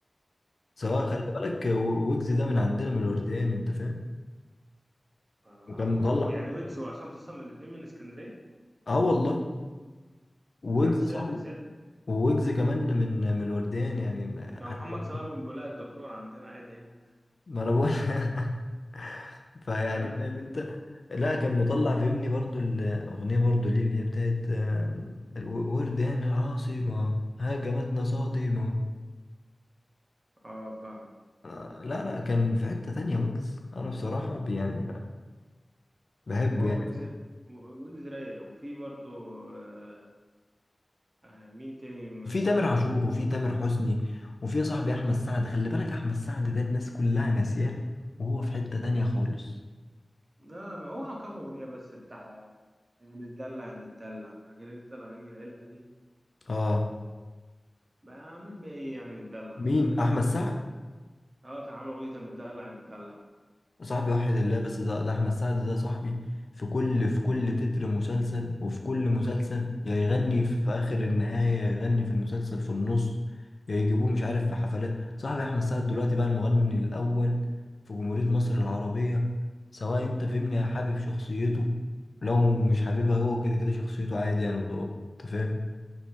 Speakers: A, on the left; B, on the right.
A: سواء خلي بالك و- ويجز ده من عندنا من الورديان انت فاهم
B: أنا ما اعرفش
A: وكان مطلع
B: هو يعني ويجز وعصام صاصا الاثنين من اسكندريه
A: اه والله ويجز
B: يا عم سادة
A: صاحبي
B: سادة
A: ويجز كمان من من الورديان يعني ما-
B: ما هو
A: حتى
B: محمد
A: لو
B: صلاح من بولاق الدكرور عندنا عادي يعني
A: ما انا بقول <laughs> فيعني
B: فاهم
A: فاهم انت لا كان مطلع فهمني برضو الاغنيه برضو ليه اللي هي بتاعت آم، الو- ورديان العاصمه هاجمتنا صادمه
B: اه فاهم
A: آه، لا لا كان في حته تانية ويجز انا بصراحه يعني بحبه
B: هو
A: يعني
B: ويجز ويجز رايق وفي برضه آه آه، مين تاني من
A: في
B: المغنيين
A: تامر عاشور وفي تامر حسني وفي صاحبي احمد سعد خلي بالك احمد سعد ده الناس كلها ناسياه وهو في حتة تانية خالص
B: لا ما هو كام اغنيه بس بتاع آه، متدلع يا متدلع فاكر انت الاغاني العلقه دي
A: اه
B: بقى مين بقى ايه يعني متدلع
A: مين
B: مش اه
A: احمد سعد
B: آه، كان عامل اغنيه متدلع يا متدلع
A: صاحبي وحد الله بس ده, ده احمد سعد ده صاحبي في كل في كل تتر مسلسل وفي كل مسلسل يا يغني في اخر النهاية يا يغني في المسلسل في النص يا يجيبوه مش عارف في حفلات صاحبي احمد سعد دلوقتي بقى المغني الاول في جمهورية مصر العربية سواء انت فهمني حابب شخصيته لو مش حاببها هو كده كده شخصيته عادي يعني بدور انت فاهم